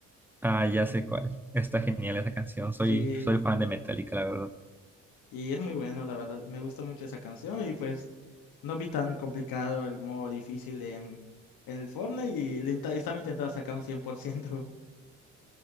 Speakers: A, in the centre; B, on the left (about 70°).
A: Ah, ya sé cuál. Está genial esa canción. Soy,
B: Sí,
A: soy fan de Metallica, la verdad.
B: Y es muy bueno, la verdad. Me gusta mucho esa canción y pues no vi tan complicado el modo difícil en, en el Fortnite y le inta- estaba intentando sacar un cien por ciento <laughs>